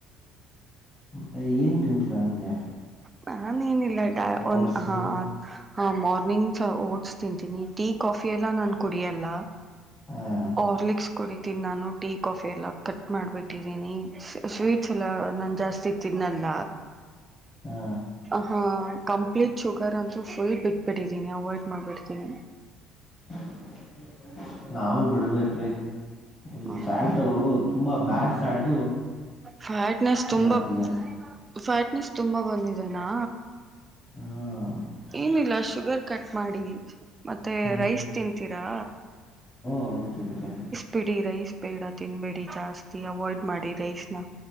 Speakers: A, on the left; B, on the right.
A: ಮತ್ತೆ ಏನ್ ತಿಂತೀರಾ ಅಂಗೆ
B: ನನ್ ಇಲ್ಲಾ ಡ
A: ಓಟ್ಸು
B: ಒನ್ ಹಾ ಹಾ ಮಾರ್ನಿಂಗ್ ಓಟ್ಸ್ ತಿಂತೀನಿ ಟೀ ಕಾಫಿ ಎಲ್ಲ ನಾನು ಕುಡಿಯಲ್ಲ.
A: ಹಾಂ
B: ಆರ್ಲಿಕ್ಸ್ ಕುಡಿತೀನಿ ನಾನು ಟೀ ಕಾಫಿ ಎಲ್ಲ ಕಟ್ ಮಾಡ್ಬಿಟ್ಟಿದ್ದೀನಿ ಸ್ವೀಟ್ಸ್ ಎಲ್ಲ ನಾನು ಜಾಸ್ತಿ ತಿನ್ನಲ್ಲ.
A: ಹಾ
B: ಹಾ ಕಂಪ್ಲೀಟ್ ಶುಗರ್ ಅಂತೂ ಫುಲ್ ಬಿಟ್ಬಿಟ್ಟಿದ್ದೀನಿ ಅವಾಯ್ಡ್ ಮಾಡ್ಬಿಡ್ತೀನಿ.
A: <unintelligible> ನಾವು ಬಿಡ್ಬೇಕ್ರಿ ಇಲ್
B: ಹಾಂ
A: ಫ್ಯಾಟು
B: ಹಾಂ
A: ತುಂಬಾ ಬ್ಯಾಡ್ ಫ್ಯಾಟ್ -
B: ಫ್ಯಾಟ್ನೆಸ್ ತುಂಬಾ
A: ಆಗ್ತಿದೆ
B: ಫ್ಯಾಟ್ನೆಸ್ ತುಂಬಾ ಬಂದಿದೆನಾ
A: ಹು
B: ಏನಿಲ್ಲ ಶುಗರ್ ಕಟ್ ಮಾಡಿ ಮತ್ತೆ
A: ಹಾ
B: ರೈಸ್ ತಿನ್ಂತೀರಾ.
A: ಹು ತಿಂತಿ -
B: ಬಿಡಿ ರೈಸ್ ಬೇಡ ತಿನ್ಬೇಡಿ ಜಾಸ್ತಿ ಅವಾಯ್ಡ್ ಮಾಡಿ ರೈಸ್ ನ.